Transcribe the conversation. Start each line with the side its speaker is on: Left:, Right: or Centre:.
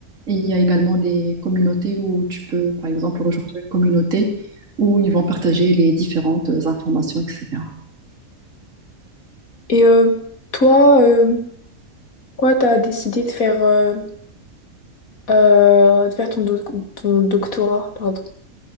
Right: Et il y a également des communautés où tu peux, par exemple, rejoindre une communauté où ils vont partager les différentes euh, informations, etc.
Left: Et euh, toi, euh, pourquoi t'as décidé de faire euh, euh, de faire ton doc- ton doctorat, pardon.